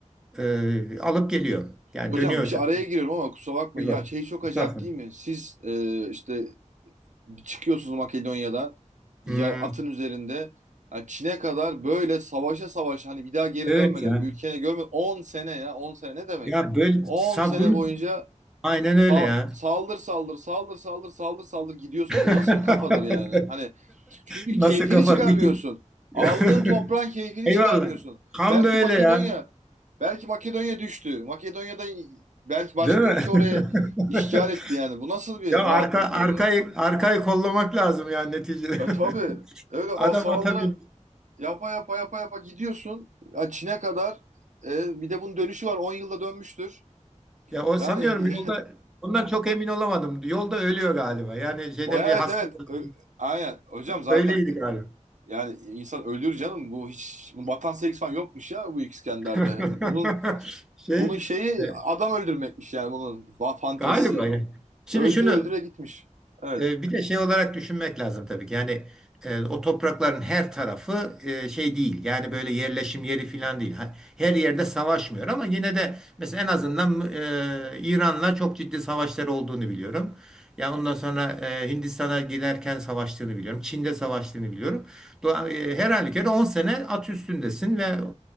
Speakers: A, in the centre; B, on the right (about 75°).
A: e, alıp geliyor. Yani
B: Hocam
A: dönüyorsa.
B: bir şey araya giriyorum ama kusura bakmayın.
A: Bir bak.
B: Ya şey çok
A: Mustafa.
B: acayip değil mi? Siz e, işte çıkıyorsunuz Makedonya'dan
A: Hmm,
B: yay atın üzerinde yani Çin'e kadar böyle savaşa savaşa hani bir daha geri
A: Evet
B: dönmeden
A: ya.
B: ülkene görmeden 10 sene ya 10 sene ne demek?
A: Ya böyle
B: 10
A: sabun
B: sene boyunca
A: aynen öyle
B: sa-
A: ya.
B: saldır saldır saldır saldır saldır saldır gidiyorsun.
A: <laughs>
B: Bu nasıl bir kafadır yani? Hani Çünkü
A: nasıl
B: keyfini
A: kafa?
B: çıkarmıyorsun.
A: İki... <laughs>
B: Aldığın toprağın keyfini
A: Eyvallah.
B: çıkarmıyorsun.
A: Tam
B: Belki
A: da öyle
B: Makedonya,
A: ya.
B: belki Makedonya düştü. Makedonya'da belki başka
A: Değil mi?
B: ülke oraya
A: <laughs>
B: işgal etti yani. Bu nasıl bir
A: Ya
B: rahatlık
A: arka arkayı
B: böyle?
A: arkayı kollamak lazım yani neticede.
B: E tabii.
A: <laughs>
B: Öyle a-
A: Adam
B: saldırı
A: ata bin.
B: yapa yapa yapa yapa gidiyorsun. Ya Çin'e kadar. E, bir de bunun dönüşü var. 10 yılda dönmüştür.
A: Ya o
B: Yani
A: sanıyorum
B: <laughs>
A: yolda ondan çok emin olamadım. Yolda ölüyor galiba. Yani şeyden
B: o evet
A: bir hastalık.
B: evet. Ö- aynen. Hocam zaten
A: Öyleydi galiba.
B: yani insan ölür canım. Bu hiç bu vatan sevgisi falan yokmuş ya bu İskender'de.
A: <laughs>
B: Bunun
A: Şey
B: Bunun şeyi
A: e,
B: adam öldürmekmiş yani bunun va- fantazisi.
A: galiba. ya. Şimdi
B: Öldür
A: şunu
B: öldüre gitmiş. Evet.
A: E, Bir de şey olarak düşünmek lazım tabii ki. Yani e, o toprakların her tarafı e, şey değil. Yani böyle yerleşim yeri falan değil. Ha- Her yerde savaşmıyor ama yine de mesela en azından e, İran'la çok ciddi savaşları olduğunu biliyorum. Yani ondan sonra e, Hindistan'a giderken savaştığını biliyorum. Çin'de savaştığını biliyorum. Doğa- e, Her halükarda 10 sene at üstündesin ve